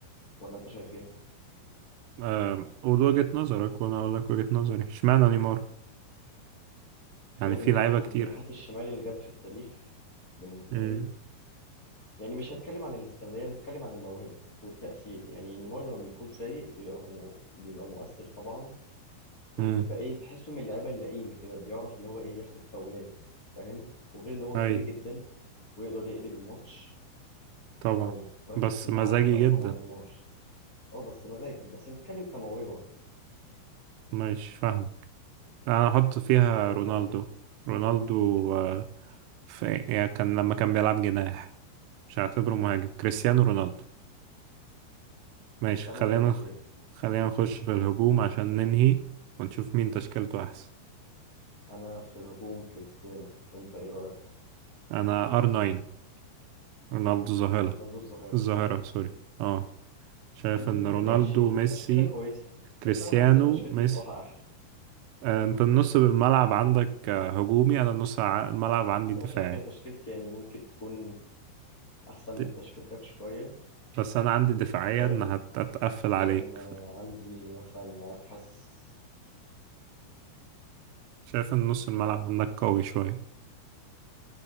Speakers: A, on the left; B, on the right.
A: ولا انت شايف ايه
B: آم، قول وجهة نظرك وانا اقول لك وجهة نظري اشمعنى نيمار يعني
A: يعني
B: في
A: من
B: لعيبة
A: امتح
B: كتير
A: الجناحات الشمال اللي جت في التاريخ بالنسبة
B: امم
A: لي يعني مش هنتكلم عن الاستمرارية هنتكلم عن الموهبة والتأثير يعني نيمار لما بيكون فايق بيبقى مو... بيبقى مؤثر طبعا وبيبقى
B: امم
A: ايه تحسه من اللعيبه اللئيمه كده بيعرف اللي هو ايه ياخد فاولات فاهم وغير ان هو مهاري
B: اي
A: جدا ويقدر يقلب الماتش
B: طبعا
A: لو مركز
B: بس
A: في الملعب
B: مزاجي
A: لا طبعا
B: جدا
A: نيمار اه بس مزاج بس نتكلم كموهبه
B: ماشي فاهم انا احط فيها
A: فانت تحط
B: رونالدو
A: مين
B: رونالدو آه، في يعني كان لما كان بيلعب جناح مش هعتبره مهاجم كريستيانو رونالدو ماشي
A: تمام
B: خلينا
A: اوكي
B: خلينا نخش في الهجوم عشان ننهي ونشوف مين تشكيلته احسن
A: انا في الهجوم كريستيانو انت ايه رايك
B: انا ار 9 رونالدو ظاهرة
A: رونالدو الظاهره
B: الظاهرة سوري اه شايف
A: مم،
B: ان رونالدو
A: ماشي
B: ميسي
A: تشكيله كويسه بس
B: كريستيانو
A: انا حاسس ان تشكيلتي
B: ميسي
A: بصراحه احلى
B: آه، انت النص بالملعب عندك آه، هجومي انا النص ع- الملعب عندي
A: بس
B: دفاعي
A: انا شايف ان تشكيلتي يعني ممكن تكون احسن من
B: ت-
A: تشكيلتك شويه
B: بس انا عندي دفاعية
A: فاهم
B: ان هتقفل
A: عشان
B: عليك
A: آه،
B: ف-
A: عندي مثلا حاسس
B: شايف ان نص الملعب عندك قوي شوية